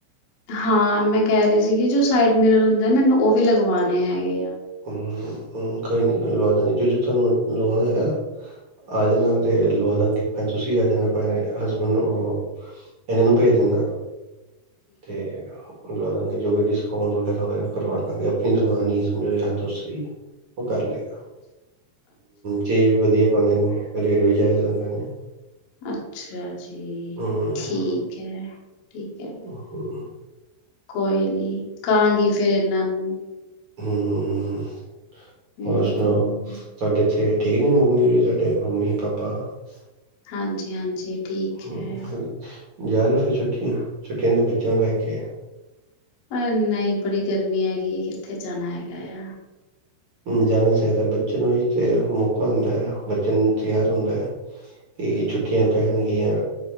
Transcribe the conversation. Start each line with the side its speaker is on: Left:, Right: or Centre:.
Left: ਹਾਂ ਮੈਂ ਕਹਿ ਰਹੀ ਸੀਗੀ ਜੋ ਸਾਈਡ ਮਿਰ ਹੁੰਦੇ ਆ ਮੈਨੂੰ ਉਹ ਵੀ ਲਗਵਾਉਣੇ ਹੈਗੇ ਆ
Right: ਹਮ ਹ ਕੋਈ ਨੀ ਗ ਲਵਾ ਦਾ ਗੇ ਜ ਜ ਤੁਹਾਨੂੰ ਲਵਾ ਦੇ ਗ ਆ ਜਾਣਾ ਤੇ ਲ਼ੂਅ ਦਾਗੇ ਪੈਂ ਤੁਸੀਂ ਆ ਜਾਣਾ ਅਐ ਹਸਬੈਂਡ ਨੂੰ ਇਹਨਾਂ ਨੂੰ ਭੇਜ ਦਿੰਨਾ। ਤੇ ਲਾ ਦਾਂਗੇ ਜੋ ਵੀ ਡਿਸਕਾਊਂਟ ਹੋਰ ਹੋਏਗਾ ਕਰਵਾ ਦਾਂਗੇ ਆਪਣੀ ਦੁਕਾਨ ਹੀ ਮੇਰੇ ਯਾਰ ਦੋਸਤਰੀ ਉਹ ਕਰ ਲਏਗਾ ਚੇ ਵੀ ਵਧੀਆ ਪਾ ਦਿੰਦੇ। ਰੇਟ ਜਾਦਾ ਲਗਾਂਦੇ ਨੇ।
Left: ਅੱਛ ਅੱਛਾ ਜੀ
Right: ਹੂੰ,
Left: ਠੀਕ ਹੈ ਠੀਕ ਹੈ।
Right: ਹੋਰ
Left: ਕੋਈ ਨੀ ਕਹਾਂਗੀ। ਫਿਰ ਇਹਨਾਂ ਨੂੰ।
Right: ਹਮ ਹ ਹਮ
Left: ਹਮ
Right: ਹੋਰ ਸੁਣਾਓ ਤੁਹਾਡੇ ਇੱਥੇ ਠੀਕ ਨੇ ਮੰਮੀ ਸਾਡੇ ਮੰਮੀ ਪਾਪਾ। <unintelligible>
Left: ਹਾਂਜੀ ਹਾਂਜੀ। ਠੀਕ
Right: ਹੂੰ,
Left: ਹੈ।
Right: ਜਾ ਰਹੇ ਫਿਰ ਛੁੱਟੀਆਂ ਛੁੱਟੀਆਂ ਦੇ ਬੱਚਿਆਂ ਨੂੰ ਲੈ ਕੇ।
Left: ਅ ਨਹੀਂ ਬੜੀ ਗਰਮੀ ਹੈਗੀ ਹੈ ਕਿੱਥੇ ਜਾਣਾ ਹੈਗਾ ਆ।
Right: ਹਮ ਜਾਣਾ ਚਾਹੀਦਾ ਬੱਚੇ ਨੂੰ ਵੀ ਤੇ ਮੌਕਾ ਹੁੰਦਾ ਹੈ ਬੱਚਿਆਂ ਨੂੰ ਤਿਆਰ ਹੁੰਦਾ ਹੈ ਕਿ ਛੁੱਟੀਆਂ ਪੈਣਗੀਆਂ।